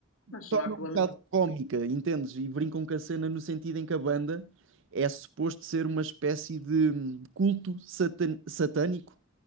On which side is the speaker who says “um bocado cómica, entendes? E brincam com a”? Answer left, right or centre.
Right